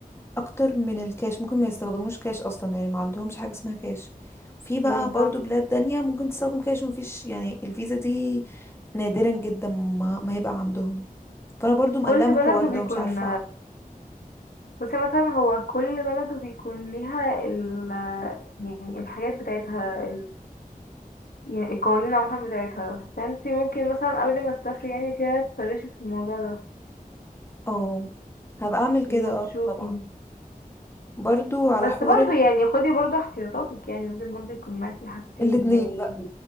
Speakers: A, on the left (about 15°); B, on the left (about 85°).
A: اكتر من الكاش ممكن ما يستخدموش كاش اصلا يعني ما عندهمش حاجة اسمها كاش وفي بقى
B: بالظبط
A: برضو بلاد تانية ممكن تستخدم كاش ومفيش يعني الفيزا دي نادرا جدا ما, ما يبقى عندهم فانا برضو مقلقة
B: كل
A: من الحوار
B: بلد وبيكون
A: ده ومش عارفة
B: بس مثلا هو كل بلد وبيكون ليها ال يعني الحاجات بتاعتها يعني القوانين عامة بتاعتها فانت ممكن مثلا قبل ما تسافري يعني كده تسرشي في الموضوع ده
A: اه هبقى اعمل كده
B: يعني وتشوفي
A: اه طبعا برضو على
B: بس
A: حوار
B: برضو يعني خدي برضو احتياطاتك يعني لازم برضو يكون معاكي حاجتين
A: الاتنين
B: يعني
A: بقى